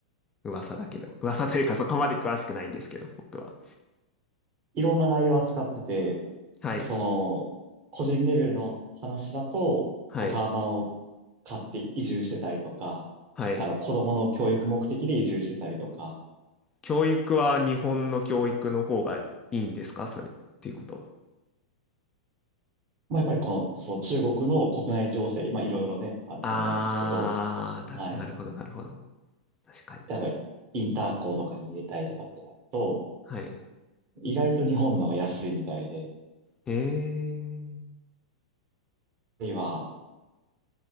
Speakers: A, on the left (about 20°); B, on the right (about 40°).
A: 噂だけど。噂というかそこまで詳しくないんですけど、僕は。
B: いろんな内容を扱ってて、
A: はい。
B: その、個人レベルの話だと、
A: はい。
B: こうタワマンを買って移住してたりとか、
A: はい。
B: あの、子供の教育目的で移住してたりとか、
A: 教育は日本の教育の方がいいんですかそれっていうことは。
B: まあ、やっぱりこの、そう、中国の国内情勢、まあ、いろいろね、あると思うんですけど、
A: あー、たなるほど、
B: はい。
A: なるほど。確かに。
B: やっぱり、インター校とかに入れたいとかってなると、
A: はい。
B: 意外と日本のが安いみたいで、
A: えー。
B: あるいは、